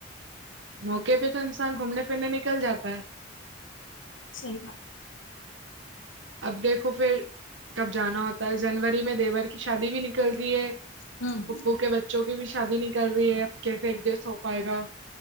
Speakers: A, on the right; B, on the left.
A: موقع پہ تو انسان گھومنے پھرنے نکل جاتا ہے
B: صحیح بات
A: اب دیکھو پھر کب جانا ہوتا ہے جنوری میں دیور کی شادی بھی نکل رہی ہے
B: ہوں
A: پھوپھو کے بچوں کی بھی شادی نکل رہی ہے اب کیسے ایڈجسٹ ہو پائے گا